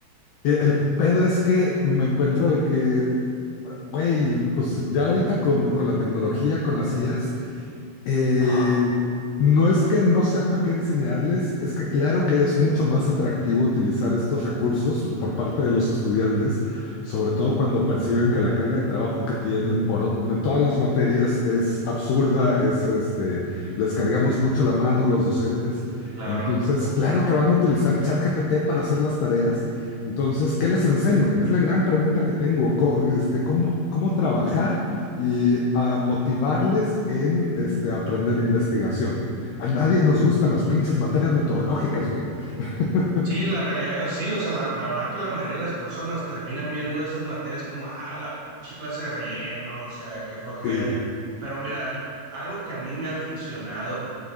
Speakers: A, on the left; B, on the right.
A: e- el pedo es que me encuentro de que, güey, pues ya ahorita con, con la tecnología, con las IAs, eh,
B: ajá,
A: no es que no sepa qué enseñarles, es que claro que es mucho más atractivo utilizar estos recursos por parte de los estudiantes, sobre todo cuando perciben que la carga de trabajo que tienen por ot- de todas las materias es absurda, es este, les cargamos mucho la mano los docentes.
B: claro.
A: Entonces, claro que van a utilizar ChatGPT para hacer las tareas. Entonces, ¿qué les enseño? Es la gran pregunta que tengo. Co- este, ¿cómo, cómo trabajar? y a motivarles en este, aprender investigación. A nadie nos gustan las pinches materias metodológicas, güey. <laughs>
B: Sí, la realidad, sí, o sea, la, la verdad que la mayoría de las personas terminan viendo esas materias como, ah, la pinche clase de relleno, o sea, qué flojera.
A: Sí,
B: Pero mira, algo que a mí me ha funcionado,